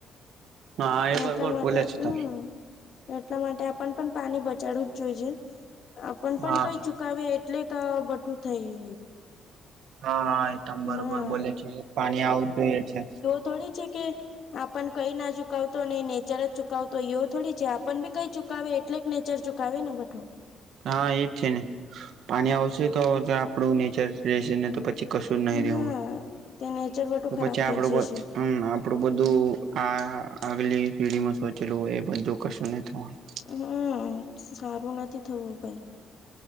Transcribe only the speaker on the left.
એટલા માટે
હમ
એટલા માટે આપણ પણ પાણી બચાડવું જ જોઈ છે આપણ પણ
કઈ ચુકી ક આવે એટલે ક બઠું થઈ
હા
તોડી છે કે આપણ કઈ ના ચુકતો ને નેચરજ ચુકતો યો થોડી છે, આપણ બી કઈ ચુક કાવે એટલેક નેચર ચુકાવેને મઠો
હા તે નેચર બટું
ખરાબ
થઈ જશે
હમ્મ સારું નથી થવું કઈ